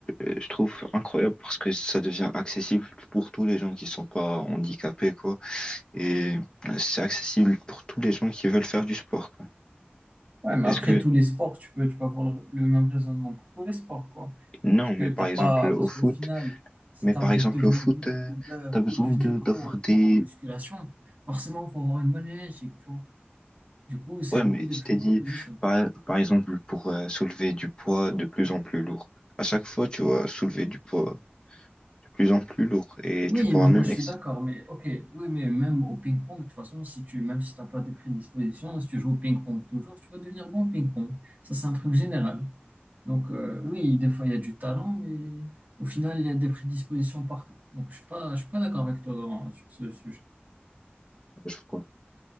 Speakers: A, on the left; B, on the right.
A: euh, je trouve incroyable parce que ça devient accessible pour tous les gens qui sont pas handicapés, quoi. Et euh, c'est accessible pour tous les gens qui veulent faire du sport, quoi.
B: Ouais, mais
A: Est-ce
B: après
A: que
B: tous les sports, tu peux, tu peux avoir le, le même raisonnement pour tous les sports, quoi.
A: Non,
B: Parce
A: mais
B: que
A: par
B: t'as pas,
A: exemple au
B: parce
A: foot,
B: qu'au final, si
A: mais
B: tu
A: par
B: as envie
A: exemple
B: de devenir
A: au foot,
B: bodybuilder
A: euh, t'as besoin
B: ou de devenir
A: de d'avoir
B: pro
A: des.
B: en musculation, forcément, il faut avoir une bonne génétique, tu vois. Du coup, c'est
A: Ouais,
B: un
A: mais
B: peu de
A: je
B: prédisposition.
A: t'ai dit, par, par exemple, pour euh, soulever du poids de plus en plus lourd. À chaque fois, tu vas soulever du poids de plus en plus lourd et
B: Oui,
A: tu pourras
B: mais moi,
A: même
B: je
A: exciter.
B: suis d'accord, mais ok, oui, mais même au ping-pong, de toute façon, si tu, même si t'as pas de prédisposition, si tu joues au ping-pong toujours, tu vas devenir bon au ping-pong. Ça, c'est un truc général. Donc, euh, oui, des fois, il y a du talent, mais au final, il y a des prédispositions partout. Donc, je suis pas, je suis pas d'accord avec toi Doran, sur ce sujet.
A: je crois.